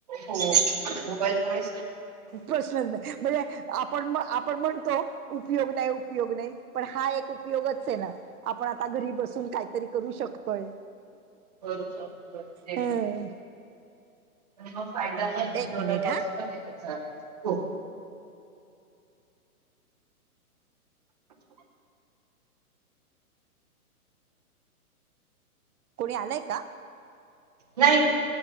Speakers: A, on the right; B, on the right.
A: हो मोबाईलमुळे
B: प्रश्नच नाही. म्हणजे आपण आपण म्हणतो उपयोग नाही. उपयोग नाही. पण हा एक उपयोगच आहे ना, आपण आता घरी बसून काहीतरी करू शकतोय.
A: कर ते
B: हं.
A: पण मग फायदा म
B: एक
A: तेवढा
B: मिनिट
A: लॉस
B: हा
A: पण हो.
B: कोणी आलाय का?
A: नाही.